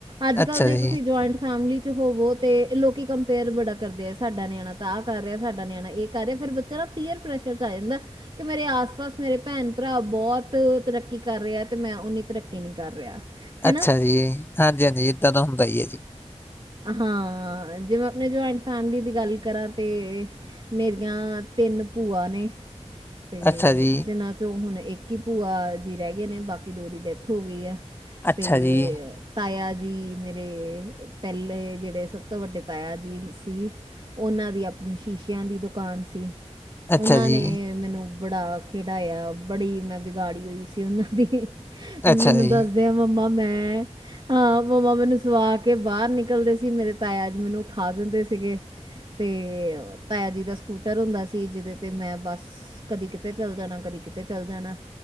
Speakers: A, on the right (about 45°); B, on the left (about 20°).
A: ਅੱਜ
B: ਅੱਛਾ
A: ਕੱਲ ਜੇ ਤੁਸੀਂ
B: ਜੀ
A: ਜੁਆਇੰਟ ਫੈਮਲੀ। ਹੋਵੋ ਤੇ ਲੋਕੀ ਕੰਪੇਅਰ ਬੜਾ ਕਰਦੇ ਆ ਸਾਡਾ ਨਿਆਣਾ ਤਾਂ ਆਹ ਕਰ ਰਿਹਾ ਸਾਡਾ ਨਿਆਣਾ ਇਹ ਕਰ ਰਿਹਾ ਫੇਿਰ ਚਲੋੀਅਰ ਫੈਸ਼ਰ ਚ ਆ ਜਾਂਦਾ ਕਿ ਮੇਰੇ ਆਸ ਪਾਸ ਮੇਰੇ ਭੈਣ ਭਰਾ ਬਹੁਤ ਤਰੱਕੀ ਕਰ ਰਿਹਾ ਹੈ ਤੇ ਮੈਂ ਨੀ ਤਰੱਕੀ ਨਹੀਂ ਕਰ ਰਿਹਾ। ਹੈਨਾ?
B: ਅੱਛਾ ਜੀ ਹਾਂਜੀ ਹਾਂਜੀ ਏਦਾਂ ਤਾਂ ਹੁੰਦਾ ਹੀ ਹੈ ਜੀ।
A: ਹਾਂ ਜਿਵੇਂ ਆਪਣੇ ਜੁਆਇੰਟ ਫੈਮਿਲੀ ਦੀ ਗੱਲ ਕਰਾ ਤੇ ਮੇਰੀਆਂ ਤਿੰਨ ਭੂਆ ਨੇ। ਅਤੇ
B: ਅੱਛਾ ਜੀ
A: ਜਿਨਾਂ ਹੁਣ ਇੱਕ ਹੀ ਭੂਆ ਜੀ ਰਹਿ ਗਏ ਨੇ ਬਾਕੀ ਦੋ ਦੀ ਡੈਥ ਹੋ ਗਈ ਹੈ।
B: ਅੱਛਾ
A: ਤੇ
B: ਜੀ
A: ਤਾਇਆ ਜੀ ਮੇਰੇ। ਪਹਿਲੇ ਜਿਹੜੇ ਸਭ ਤੋਂ ਵੱਡੇ ਤਾਇਆ ਜੀ ਸੀ। ਉਹਨਾਂ ਦੀ ਆਪਣੀ ਸ਼ੀਸ਼ਿਆਂ ਦੀ ਦੁਕਾਨ ਸੀ। ਉਹਨਾਂ
B: ਅੱਛਾ ਜੀ
A: ਨੇ ਮੈਨੂੰ ਬੜਾ ਖੇਡਾਇਆ। ਬੜੀ ਮੈਂ ਬਿਗਾੜੀ ਹੋਈ ਸੀ ਉਹਨਾਂ ਦੀ। ਮੈਨੂੰ
B: ਅੱਛਾ ਜੀ
A: ਦੱਸਦੇ ਆ ਮੰਮਾ। ਮੈਂ ਹਾਂ ਮੰਮਾ ਮੈਨੂੰ ਸਵਾ ਕੇ ਬਾਹਰ ਨਿਕਲਦੇ ਸੀ। ਮੇਰੇ ਤਾਇਆਜ ਮੈਨੂੰ ਉਠਾ ਦਿੰਦੇ ਸੀਗੇ। ਤੇ ਤਾਇਆ ਜੀ ਦਾ ਸਕੂਟਰ ਹੁੰਦਾ ਸੀ। ਜਿਹਦੇ ਤੇ ਮੈਂ ਬਸ ਕਦੀ ਕਿਤੇ ਚੱਲ ਜਾਣਾ, ਕਦੀ ਕਿਤੇ ਚੱਲ ਜਾਣਾ,